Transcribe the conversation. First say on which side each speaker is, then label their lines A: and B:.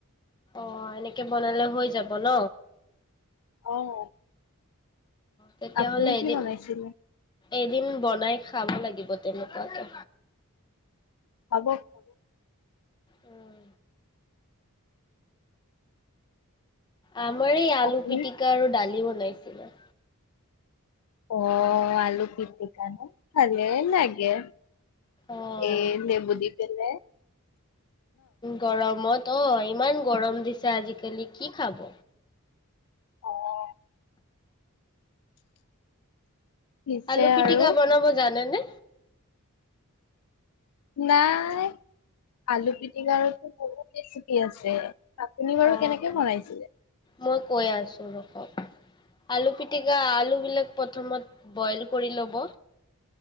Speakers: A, on the left; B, on the left.
A: অ' এনেকে বনালে হৈ যাব ন'?
B: অ'।
A: তেতিয়াহ'লে
B: আপুনি কি
A: এদিন
B: বনাইছিলে?
A: এদিন বনাই খাব লাগিব তেনেকুৱাকে।
B: হ'ব - হ'ব।
A: উম আমাৰ এই আলু
B: আপুনি
A: পিটিকা আৰু দালি বনাইছিলে।
B: অ' আলু পিটিকা ন'? ভালে লাগে।
A: অ',
B: এ <unintelligible> কেনে?
A: গৰমত অ' ইমান গৰম দিছে আজিকালি । কি খাব?
B: অ' পিছে
A: আলু পিটিকা
B: আৰু
A: বনাব জানে নে?
B: নাই আলু পিটিকাৰতো বহুত ৰেচিপি আছে আপুনি বাৰু
A: অ
B: কেনেকে বনাইছিলে?
A: মই কৈ আছো ৰ আলু পিটিকা আলু বিলাক প্ৰথমত বইল কৰি ল'ব